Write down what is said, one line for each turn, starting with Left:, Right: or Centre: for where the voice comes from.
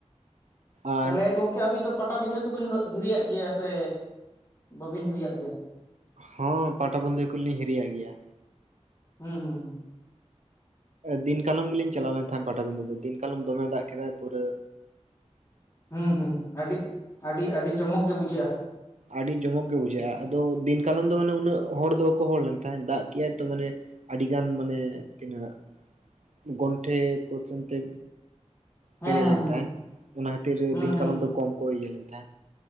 Right: ᱟᱨ
Left: ᱛᱟᱦᱚᱞᱮ ᱜᱚᱢᱠᱮ ᱟᱹᱵᱤᱱ ᱫᱚ ᱯᱟᱴᱟ ᱵᱤᱸᱫᱷᱟᱹ ᱠᱚ ᱵᱤᱱ ᱦᱤᱨᱤ ᱭᱟᱜ ᱜᱮᱭᱟ ᱥᱮ ᱵᱟᱵᱤᱱ ᱦᱤᱨᱤ ᱭᱟᱜ ᱜᱮᱭᱟ <inaudible>
Right: ᱦᱚᱸ ᱯᱟᱴᱟᱵᱤᱸᱫᱟᱹ ᱠᱚᱞᱤᱧ ᱦᱤᱨᱤᱭᱟᱜ ᱜᱮᱭᱟ
Left: ᱦᱩᱸ ᱦᱩᱸ ᱦᱩᱸ
Right: ᱫᱤᱱ ᱠᱟᱞᱚᱢ ᱜᱮ ᱞᱤᱧ ᱪᱟᱞᱟᱣᱱ ᱛᱟᱦᱮᱸᱫ ᱯᱟᱴᱟ ᱵᱤᱫᱟᱹ ᱫᱚ ᱫᱤᱱ ᱠᱟᱞᱚᱢ ᱫᱚᱢᱮ ᱫᱟᱜ ᱠᱮᱫᱟᱭ ᱯᱩᱨᱟᱹ
Left: ᱦᱩᱸ ᱦᱩᱸ ᱟᱹᱰᱤ ᱟᱹᱰᱤ ᱟᱹᱰᱤ ᱡᱚᱢᱚᱠ ᱜᱮ ᱵᱩᱡᱷᱟᱹᱜᱼᱟ
Right: ᱟᱹᱰᱤ ᱡᱚᱢᱚᱠ ᱜᱮ ᱵᱩᱡᱷᱟᱹᱜᱼᱟ ᱟᱫᱚ ᱫᱤᱱ ᱠᱟᱞᱚᱢ ᱫᱚ ᱢᱟᱱᱮ ᱩᱱᱟᱹᱜ ᱦᱚᱲ ᱫᱚ ᱵᱟᱠᱚ ᱦᱚᱲ ᱞᱮᱱ ᱛᱟᱦᱮᱸᱫ ᱫᱟᱜ ᱠᱮᱜᱟᱭ ᱛᱚ ᱢᱟᱱᱮ ᱟᱹᱰᱤᱜᱟᱱ ᱢᱟᱱᱮ ᱛᱤᱱᱟᱹᱜ ᱜᱚᱱᱴᱮ ᱠᱚ ᱪᱮᱱ ᱛᱮ
Left: ᱦᱮᱸ
Right: ᱯᱮᱨᱮᱡ
Left: ᱦᱮᱸ
Right: ᱞᱮᱱ
Left: ᱦᱮᱸ
Right: ᱛᱟᱦᱮᱸᱫ ᱚᱱᱟ ᱠᱷᱟᱹᱛᱤᱨ
Left: ᱦᱩᱸ
Right: ᱫᱤᱱ
Left: ᱦᱩᱸ
Right: ᱠᱟᱞᱚᱢ ᱫᱚ ᱠᱚᱢ ᱠᱚ ᱤᱭᱟᱹ ᱞᱮᱱ ᱛᱟᱦᱮᱸᱫ